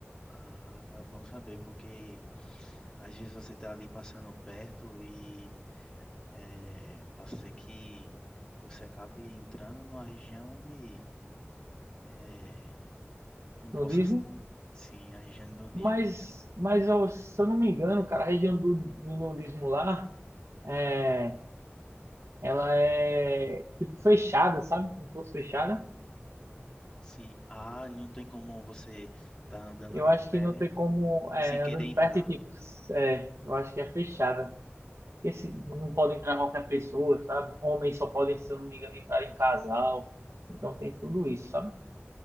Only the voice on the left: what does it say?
Ah, bom saber, porque às vezes você tá ali passando perto e é, pode ser que você acabe entrando numa região de é, não
possa, sim, a região de nudismo
que você
Sim. Ah, não tem como você estar andando
ali
perto
e sem querer
entrar,
né?